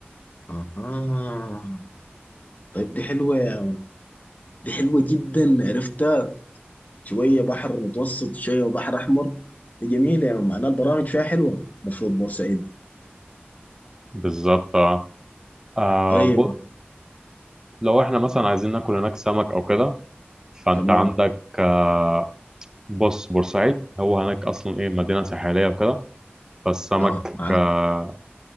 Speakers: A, on the left; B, on the right.
A: اها طيب دي حلوه يا مان. دي حلوه جدا عرفتها شويه بحر متوسط شويه بحر احمر دي جميله يا مان. معناها البرامج فيها حلوه المفروض بورسعيد دي
B: بالظبط اه آه،
A: طيبه
B: ب- لو احنا مثلا عايزين ناكل هناك سمك او كده فانت
A: تمام
B: عندك آه، بص بورسعيد هو هناك اصلا ايه مدينه ساحليه وكده فالسمك
A: اه معاك
B: آه،